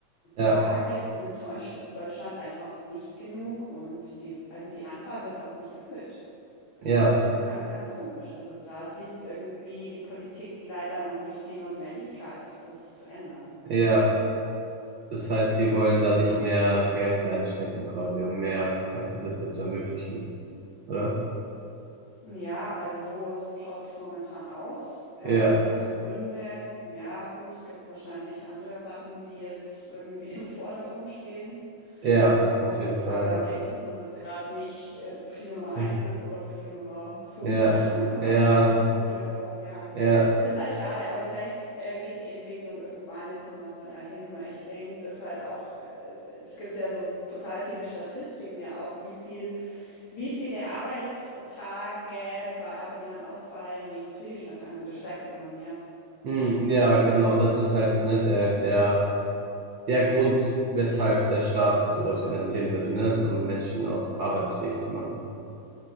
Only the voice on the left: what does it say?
Da gibt es in Deutschla- Deutschland einfach nicht genug und die, also die Anzahl wird auch nicht erhöht.
Das ist ganz, ganz komisch. Also da sieht irgendwie die Politik leider noch nicht die Notwendigkeit, das zu ändern.
Hm.
Ja, also so, so schaut es momentan aus. Ähm,
die Gründe, ja gut, es gibt wahrscheinlich andere Sachen, die jetzt irgendwie <laughs> im Vordergrund stehen.
Und
weshalb
man
denkt, dass das jetzt gerade nicht äh, Prio Nummer eins
ist oder Prio Nummer fünf,
<laughs> was
auch noch gut wäre, aber ja,
ist halt schade, aber vielleicht äh, geht die Entwicklung irgendwann jetzt nochmal dahin, weil ich denke, dass halt auch, äh, es gibt ja so total viele Statistiken ja auch, wie viel, wie viele Arbeitstage bei Arbeitnehmern ausfallen wegen psychischen Erkrankungen, das steigt ja immer mehr.